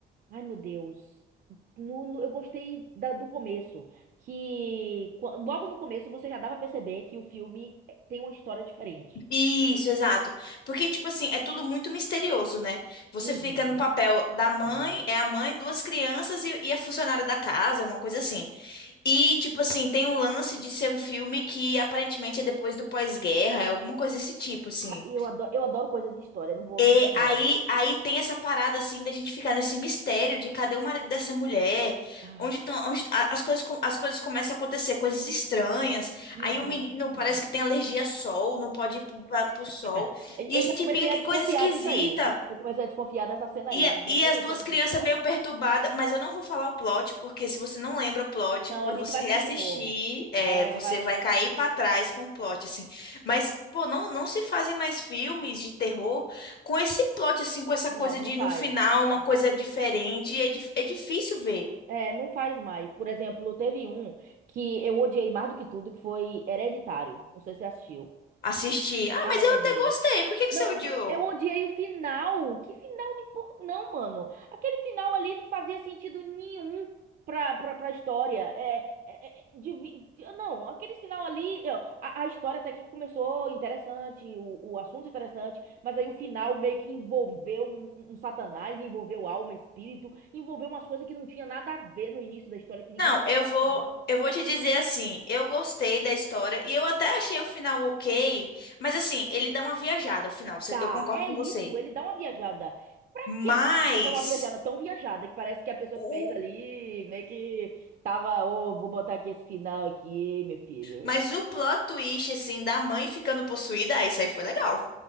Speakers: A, on the right (about 45°); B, on the left (about 55°).
A: Ai, meu Deus. No- no- eu gostei da- do começo, que qua- logo no começo você já dava pra perceber que o filme eh, tem uma história diferente.
B: Isso, exato. Porque, tipo assim, é tudo muito misterioso, né? Você
A: Uhum,
B: fica no papel da mãe,
A: uhum.
B: é a mãe, duas crianças e, e a funcionária da casa, uma coisa assim. E, tipo assim, tem um lance de ser um filme que aparentemente é depois do pós-guerra, é alguma coisa desse tipo, assim.
A: Ah, eu adoro, eu adoro coisa de história, não vou
B: E
A: mentir, não.
B: aí, aí tem essa parada assim da gente ficar nesse mistério de cadê o marido dessa mulher?
A: Ah,
B: Onde estão, as coisas, com- as coisas começam a acontecer, coisas estranhas.
A: uhum,
B: Aí o menino parece
A: uhum.
B: que tem alergia a sol, não pode ir pro, pra, pro sol.
A: <laughs> Eu
B: E
A: eu
B: a gente
A: já comecei
B: fica que
A: a desconfiar
B: coisa esquisita.
A: disso aí. Eu comecei a desconfiar dessa cena
B: E,
A: aí.
B: a-
A: O menino
B: e as
A: não
B: duas
A: pode
B: crianças
A: ir pro sol?
B: meio perturbadas, mas eu não vou falar o plot, porque se você não lembra o plot,
A: Não,
B: quando
A: a gente
B: você
A: vai
B: reassistir,
A: assistir de novo.
B: é,
A: Vai,
B: você
A: vai, a
B: vai
A: gente vai...
B: cair pra trás com o plot, assim. Mas, pô, não, não se fazem mais filmes de terror com esse plot, assim, com essa
A: Não,
B: coisa
A: não
B: de
A: faz.
B: no final uma
A: Não
B: coisa
A: faz.
B: diferente. É, dif- é difícil ver,
A: É, não faz mais. Por exemplo, teve um que eu odiei mais do que tudo, que foi Hereditário. Não sei se você assistiu.
B: assistir. Ah,
A: Ai,
B: mas eu
A: meu
B: até
A: Deus.
B: gostei, por que que
A: Não,
B: você odiou?
A: eu odiei o final. Que final de por... Não, mano. Aquele final ali não fazia sentido nenhum pra, pra, pra história. É, é, é, devi- Não, aquele final ali. ó, A, a história até que começou interessante, o, o assunto interessante, mas aí o final meio que envolveu um, um satanás, envolveu alma, espírito, envolveu umas coisas que não tinha nada a ver no início da história, que ninguém
B: Não,
A: tinha
B: eu
A: pensado
B: vou,
A: nada.
B: eu vou te dizer assim, eu gostei da história e eu até achei o final ok, mas assim, ele dá uma viajada ao final,
A: Dá,
B: você- eu concordo
A: é
B: com
A: isso,
B: você.
A: ele dá uma viajada. Pra quê?
B: Mas
A: É uma viajada tão viajada que parece que a pessoa
B: o,
A: que fez ali meio que tava, ô, vou botar aqui esse final aqui, meu filho.
B: mas o plot twist assim da mãe ficando possuída, ah, isso aí foi legal.